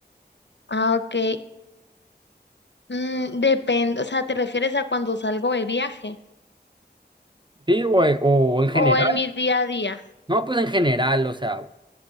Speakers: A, on the left (about 80°); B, on the right (about 25°).
A: Ah, ok. Mm, depende, o sea, ¿te refieres a cuando salgo de viaje
B: Sí, güey, o en general,
A: o en mi día a día?
B: no, pues en general, o sea,